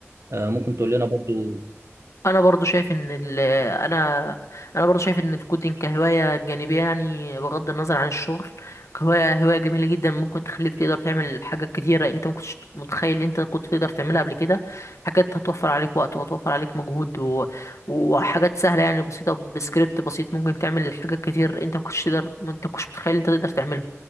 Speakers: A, on the right; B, on the left.
A: آه ممكن تقول لنا برضو
B: انا برضو شايف ان ال انا انا برضو شايف ان الكودينج كهوايه جانبيه يعني بغض النظر عن الشغل كهوايه هوايه جميله جدا ممكن تخليك تقدر تعمل حاجات كتيره انت ما كنتش متخيل ان انت كنت تقدر تعملها قبل كده حاجات هتوفر عليك وقت وهتوفر عليك مجهود و... وحاجات سهله يعني بسيطه بسكريبت بسيط ممكن تعمل حاجات كتير انت ما كنتش تقدر انت ما كنتش متخيل انت تقدر تعملها